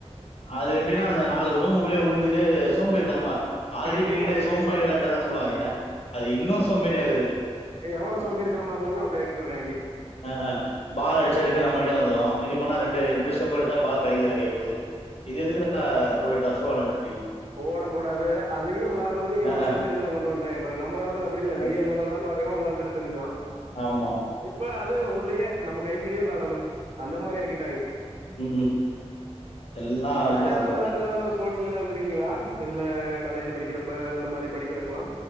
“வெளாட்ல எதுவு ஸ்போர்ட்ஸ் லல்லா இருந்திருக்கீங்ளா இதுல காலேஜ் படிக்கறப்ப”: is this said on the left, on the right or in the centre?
Right